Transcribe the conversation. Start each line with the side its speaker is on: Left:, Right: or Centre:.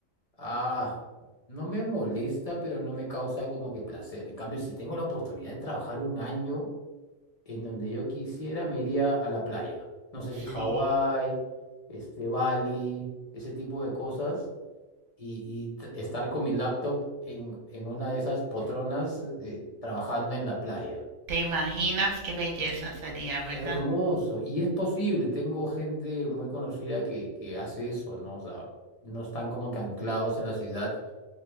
Left: ah, no me molesta, pero no me causa como que placer. En cambio, si tengo la oportunidad de trabajar un año en donde yo quisiera, me iría a la playa. No sé si Hawái,
Right: Sí.
Left: este, Bali, ese tipo de cosas y, y estar con mi laptop en, en una de esas potronas eh, trabajando en la playa.
Right: ¿Te imaginas qué belleza sería, verdad?
Left: Hermoso. Y es posible, tengo gente muy conocida que, que hace eso, ¿no? O sea, no están como que anclados en la ciudad